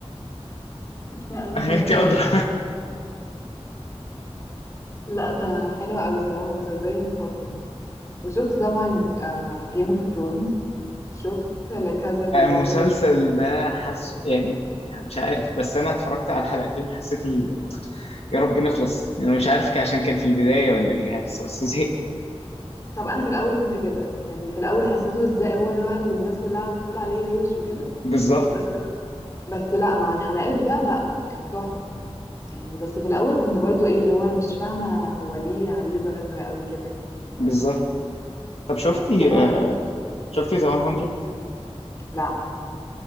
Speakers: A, on the left (about 30°); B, on the left (about 70°).
A: لا انا
B: لا
A: اتفرجت
B: <laughs> انت
A: عليه
B: ادرى
A: بجد. لا ده حلو قوي الصراحه مسلسلي مفضل وشفت طبعا جيم اوف ثرونز شفت لا كازا دي
B: المسلسل
A: بابل
B: ده حس يعني مش عارف بس انا اتفرجت على حلقتين حسيت ال... يا رب نخلص انا مش عارف كان- عشان كان في البدايه ولا ايه يعني بس بس زهقت
A: طب انا في الاول كنت كده يعني في الاول حسيته ازاي هو ده بقى اللي الناس كلها بتقول عليه روش وكده
B: بالظبط
A: بس بس لا مع الحلقات بقى لا كان تحفة يعني بس في الاول كنت برضو ايه اللي هو انا مش فاهمة هو ليه عليه ضجة قوي كده يعني
B: بالظبط طب شفتي
A: بس مع-
B: آه، شفتي ذا 100
A: لا